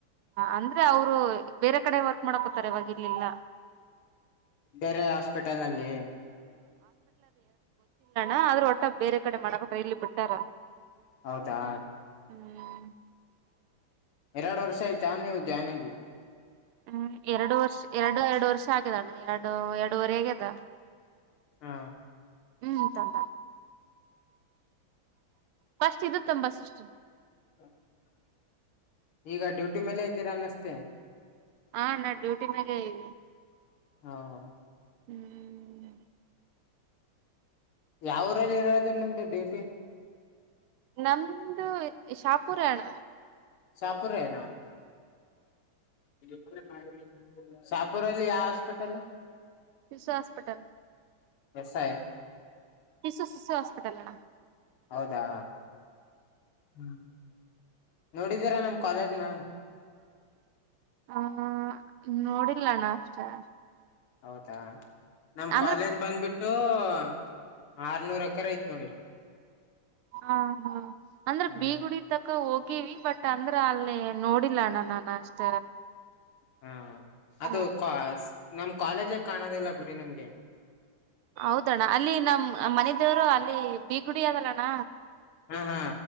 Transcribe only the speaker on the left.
ಬೇರೆ ಹಾಸ್ಪಿಟಲ್ ನಲ್ಲಿ
ಹೌದಾ
ಎರಡು ವರ್ಷ ಆಯಿತಾ ನೀವು ಜಾಯ್ನ್ ಆಗಿ
ಹಾ
<inaudible> ಈಗ ಡ್ಯೂಟಿ ಮೇಲೆ ಇದೀರ ಅನ್ನಿಸ್. ತ್ತೆ
ಹಾ ಹೋ
ಯಾವುರಾಗ್ ಇರದು ನಿಮ್ದು ಡ್ಯೂಟಿ
ಶಾಪುರೆನಾ <unintelligible> ಶಾಪೂರಲ್ಲಿ ಯಾವ್ hospital
S I
ಹೌದಾ ಹ್ಮ್ ನೋಡಿದೀರಾ ನಮ್ ಕಾಲೇಜ್ನ
ಹೌದಾ. ನಮ್
ಕ್ವಾಲೇಜ್ ಬಂದ್ಬಿಟ್ಟು. ಹ ಆರ್ನೂರ ಎಕರೆ ಐತ್ ನೋಡಿ.
ಹ್ಮ್
ಹಾ.
ಅದು ಕ್ವಾಸ್ ನಮ್ಗ. ಕಾಲೇಜ ಕಾಣೋದಿಲ್ಲಾ ಬಿಡಿ ನಿಮ್ಗೆ.
ಹಾ ಹಾ